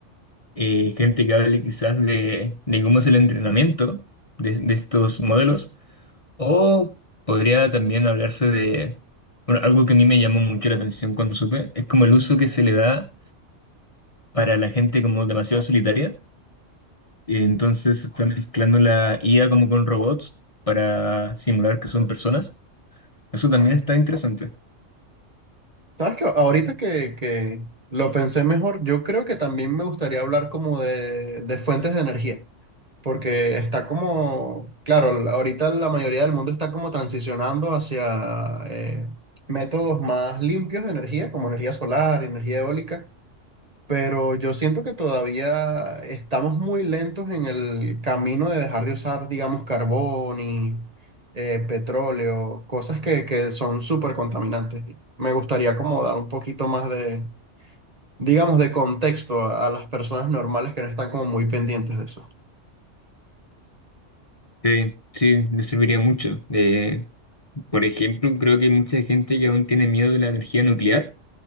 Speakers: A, on the left (about 30°); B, on the right (about 30°).
A: eh, gente que hable quizás de, de cómo es el entrenamiento de, de estos modelos, o podría también hablarse de, bueno, algo que a mí me llamó mucho la atención cuando supe, es como el uso que se le da para la gente como demasiado solitaria, y entonces se está mezclando la IA como con robots para simular que son personas. Eso también está interesante.
B: ¿Sabes qué? Ahorita que, que lo pensé mejor, yo creo que también me gustaría hablar como de, de fuentes de energía, porque está como, claro, l- ahorita la mayoría del mundo está como transicionando hacia eh, métodos más limpios de energía, como energía solar, energía eólica, pero yo siento que todavía estamos muy lentos en el camino de dejar de usar, digamos, carbón y eh, petróleo, cosas que, que son súper contaminantes. Me gustaría como dar un poquito más de, digamos, de contexto a, a las personas normales que no están como muy pendientes de eso.
A: Sí, sí, me serviría mucho. Eh, por ejemplo, creo que hay mucha gente que aún tiene miedo de la energía nuclear